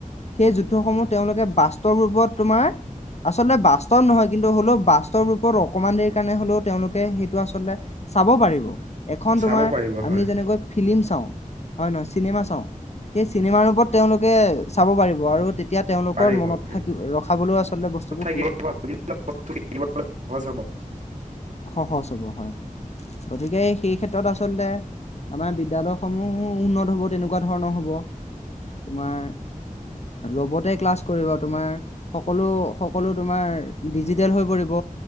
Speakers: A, on the left (about 50°); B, on the right (about 60°).
A: সেই যুদ্ধসমূহ তেওঁলোকে বাস্তৱ ৰূপত তোমাৰ আচলতে বাস্তৱ নহয় কিন্তু হ'লেও বাস্তৱ ৰূপত অকণমান দেৰি কাৰণে হ'লেও তেওঁলোকে সেইটো আচলতে চাব পাৰিব এখন
B: চাব
A: তোমাৰ
B: পাৰিব
A: আমি
B: হয়
A: যেনেকৈ ফিলিম চাওঁ, হয় নহয় চিনেমা চাওঁ। সেই চিনেমা ৰূপত তেওঁলোকে চাব পাৰিব আৰু তে তিয়া তেওঁলোকৰ
B: পাৰিব
A: মনত
B: পাৰিব
A: থাকিব ৰখাবলৈও আচলতে বস্তুবো
B: <unintelligible>
A: সহজ হ'ব হয় গতিকে সেই ক্ষেত্ৰত আচলতে আমাৰ বিদ্যালয় সমূহো উন্নত হ'ব তেনেকুৱা ধৰণৰ হ'ব। তোমাৰ ৰৰ্বটে ক্লাছ কৰিব তোমাৰ সকলো সক কলো তোমাৰ ডিজিটেল হৈ পৰিব।